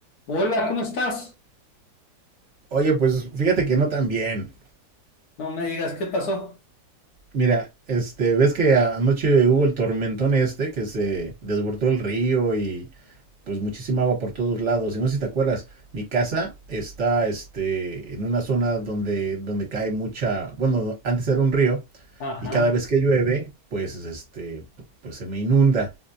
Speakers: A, on the left; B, on the right.
A: Hola, ¿cómo estás?
B: Oye, pues fíjate que no tan bien.
A: No me digas qué pasó.
B: Mira, este, ves que a- anoche hubo el tormentón este que se desbordó el río y pues muchísima agua por todos lados. Y no sé si te acuerdas, mi casa está este, en una zona donde, donde cae mucha, bueno, antes era un río
A: Ajá.
B: y cada vez que llueve, pues este, pu- pues se me inunda.